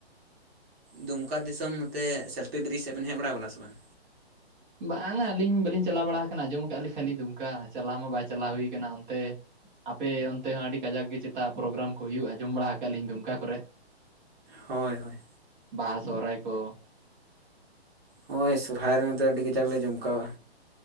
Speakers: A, on the right (about 65°); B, on the right (about 45°).
A: ᱫᱩᱢᱠᱟ ᱫᱤᱥᱚᱢ ᱛᱮ ᱥᱮᱞᱯᱷᱤ ᱵᱨᱤᱡᱽ ᱥᱮᱫ ᱵᱮᱱ ᱦᱮᱡ ᱵᱟᱲᱟᱟᱣ ᱟᱠᱟᱱᱟ ᱥᱮ ᱵᱟᱝ
B: ᱵᱟᱝ ᱟᱹᱞᱤᱧ ᱵᱟᱹᱞᱤᱧ ᱪᱟᱞᱟᱣ ᱵᱟᱲᱟ ᱟᱠᱟᱱᱟ ᱟᱸᱡᱚᱢ ᱟᱠᱟᱫ ᱞᱤᱧ ᱠᱷᱟᱹᱞᱤ ᱫᱩᱢᱠᱟ ᱪᱟᱞᱟᱣ ᱢᱟ ᱵᱟᱭ ᱪᱟᱞᱟᱣ ᱦᱩᱭᱠ ᱚᱱᱛᱮ᱾ ᱟᱯᱮ ᱚᱱᱛᱮ ᱦᱚᱸ ᱟᱹᱰᱤ ᱠᱟᱡᱟᱠ ᱜᱮ ᱪᱮᱛᱟ ᱯᱨᱳᱜᱨᱟᱢ ᱠᱚ ᱦᱩᱭᱩᱜᱼᱟ ᱟᱡᱚᱢ ᱵᱟᱲᱟ ᱟᱠᱟᱟᱜ ᱞᱤᱧ ᱫᱩᱢᱠᱟ ᱠᱚᱨᱮ᱾
A: ᱦᱚᱭ ᱦᱚᱭ
B: ᱵᱟᱦᱟ ᱥᱚᱦᱨᱟᱭ ᱠᱚ᱾
A: ᱦᱳᱭ ᱥᱚᱨᱦᱟᱭ ᱨᱮ ᱱᱫᱚ ᱟᱹᱰᱤ ᱜᱟᱡᱟᱠ ᱞᱮ ᱡᱚᱢᱠᱟᱣᱼᱟ᱾